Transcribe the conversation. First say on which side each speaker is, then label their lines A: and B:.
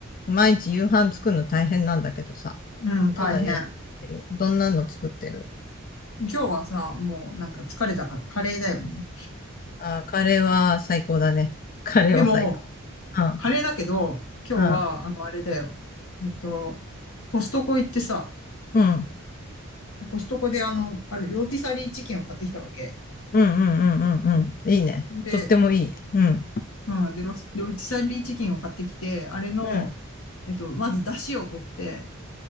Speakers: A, on the left; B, on the left.
A: 毎日夕飯作るの大変なんだけどさ。
B: うん、大変。
A: どんな夕飯作ってるどんなの作ってる
B: 今日はさ、もうなんか疲れたからカレーだよね。
A: あー、カレーは最高だね。<laughs> カレーは最高。
B: でも、
A: う
B: カレーだけど、今日は、
A: ん、うん、
B: あの、あれだよ。えっと、コストコ行ってさ、
A: うん、
B: コストコであの、あれ、ローティサリーチキンを買ってきたわけ。
A: うん、うん、うん、うん。いいね。
B: で、
A: とってもいい。うん、
B: うん、で、ロス、ローティサリーチキンを買ってきて、あれの、
A: うん。
B: えっと、まず出汁を取って、